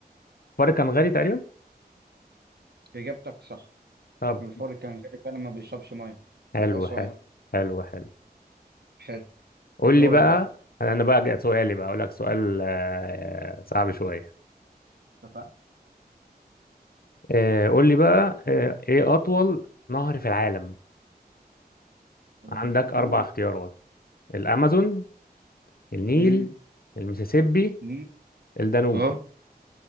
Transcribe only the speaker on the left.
الفرق كان غالي تقريبا
طب
حلو
حلو حلو حلو
قول
لي بقى
انا بقى جاء سؤالي بقى اقول لك سؤال آه، صعب شويه
آه، قول لي بقى آه، ايه اطول نهر في العالم
عندك اربع
اختيارات الامازون النيل
المسيسيبي
الدانوب